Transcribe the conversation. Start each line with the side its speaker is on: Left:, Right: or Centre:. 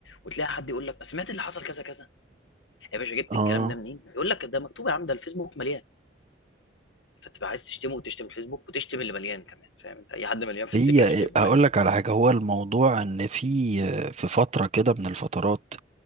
Left: وتلاقي حد يقول لك سمعت اللي حصل كذا كذا يا باشا جبت
Right: آه
Left: الكلام ده منين يقول لك ده مكتوب يا عم ده الفيسبوك مليان فتبقى عايز تشتمه وتشتم الفيسبوك وتشتم اللي مليان كمان فاهم انت اي حد مليان في
Right: هي
Left: السكه هشتمه
Right: هقول
Left: عادي
Right: لك على حاجة هو الموضوع ان في آه، في فترة كده من الفترات